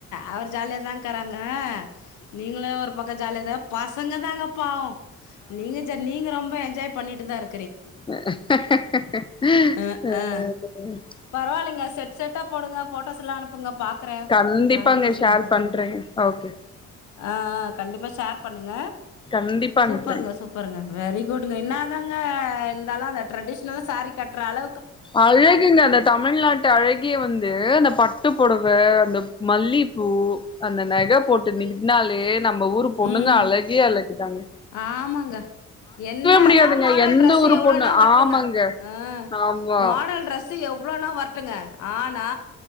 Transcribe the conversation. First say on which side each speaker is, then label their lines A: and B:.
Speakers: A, on the left; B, on the left.
A: அவர் ஜாலியாதாங் கராங்க நீங்கலு ஒரு பக்க ஜாலியதா பசங்க தாங்க பாவோ நீங்க ஜ நீங்க ரொம்ப என்ஜாய் பண்ணிட்டு தாரு
B: அ அ
A: அ, ஆ. பரவாயில்லைங்க செட் செட்டா போடுங்க ஃபோட்டோஸ் எல்லா அனுப்புங்க பாக்கற
B: கண்டிப்பாங்க
A: ஒரு அஞ்சு நிமிஷங்க
B: ஷேர்
A: கூப்பற
B: பண்றேங்க ஓகே
A: ஆ கண்டிப்பா ஷேர் பண்ணுங்க
B: கண்டிப்பா அனுப்புறேங்க
A: சூப்பருங்க சூப் பருங்க வெரி குட்ங்க என்னாதாங்க இருந்தாலு அந்த ட்ரெடிஷனல்லா சேரி கற்ற அள
B: அழகுங்க இந்த தமிழ்நாட் அழகிய வந்து அந்த பட்டு புடவ அந்த மல்லிப்பூ அந்த நக போட்டு நின்னாலே நம்ம ஊரு பொண்ணுங்க
A: ம்
B: அழகே அழகு தாங்க
A: ஆமாங்க என்ன
B: முடியாதுங்க
A: தா மாடல்
B: எந்த
A: ட்ரெஸ்
B: ஒரு
A: எவ்ளோனா
B: பொண்ணு
A: வர்டுங்க
B: ஆமாங்க
A: அ
B: ஆமா
A: மா டல் ட்ரெஸ் எவ்ளோனா வர்ட்டுங்க ஆனா